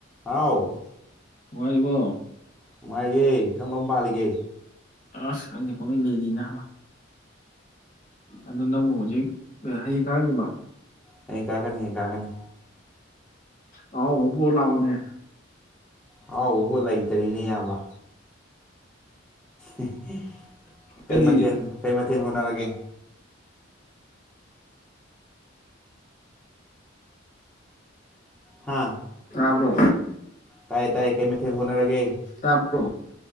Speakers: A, in the centre; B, on the left.
A: ꯍꯥꯎ
B: ꯅꯨꯡꯉꯥꯏꯔꯤꯕ‌ꯣ
A: ꯅꯨꯡꯉꯥꯏꯔꯤꯌꯦ ꯀꯔꯝ ꯀꯔꯝ ꯄꯥꯜꯂꯤꯒꯦ
B: ꯑꯁ ꯈꯪꯗ‌ꯦ ꯄꯪꯂꯩ ꯂꯩꯔꯤ ꯅꯥꯕ ꯑꯗꯨ ꯅꯪꯕꯨ ꯍꯧꯖꯤꯛ ꯑꯥ ꯍꯥꯌꯦꯡ ꯉꯔꯥꯡꯅꯤꯕ
A: ꯍꯥꯌꯦꯡ ꯀꯥꯔꯛ ꯀꯥꯅꯤ ꯍꯥꯌꯦꯡ ꯀꯥꯔꯛ ꯀꯥꯅꯤ
B: ꯑꯥꯍꯥꯎꯕ ꯄꯨꯔꯥ ꯂꯥꯛ ꯑꯣꯅꯦ
A: ꯍꯥꯎ ꯕꯨ ꯂꯩꯇꯥꯔꯤꯅꯦ ꯏꯌꯥꯝꯕ ꯑ‌ꯦ ꯀꯩ
B: ꯀꯔꯤ
A: ꯃꯊꯦꯜ ꯀꯩ ꯃꯊ‌ꯦ ꯊ‌ꯦꯜ ꯍ‌ꯣꯠ ꯅꯔꯒ‌ꯦ ꯍꯥꯥ
B: ꯇꯥꯕ꯭ꯔꯣ
A: ꯇꯥꯏ ꯇꯥꯏ ꯀꯩ ꯃꯦꯊꯦꯜ ꯍ‌ꯣꯠꯅꯔꯒꯦ
B: ꯇꯥꯕ꯭ꯔꯣ